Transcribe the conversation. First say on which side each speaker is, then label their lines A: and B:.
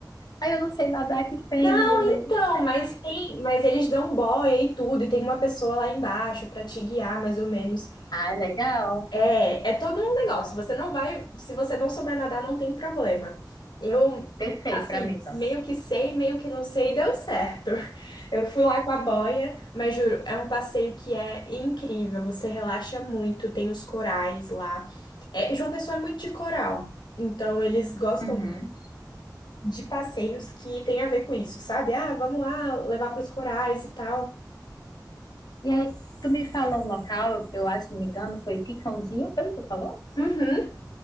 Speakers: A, on the left; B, on the left.
A: ai, eu não sei nadar, que pena,
B: Não,
A: meu
B: então,
A: Deus.
B: mas tem, mas eles dão boia e tudo, e tem uma pessoa lá embaixo pra te guiar, mais ou menos.
A: Ai, legal.
B: É, é todo um negócio. Você não vai, se você não souber nadar, não tem problema. Eu,
A: Perfeito
B: assim,
A: pra mim, então.
B: meio que sei, meio que não sei, deu certo. <laughs> Eu fui lá com a boia, mas juro, é um passeio que é incrível. Você relaxa muito, tem os corais lá. É, João Pessoa é muito de coral, então eles gostam
A: Uhum.
B: de passeios que tem a ver com isso, sabe? Ah, vamos lá levar para os corais e tal.
A: E aí, tu me falou um local, eu acho, se não me engano, foi Picãozinho, foi? o que Tu falou?
B: Uhum.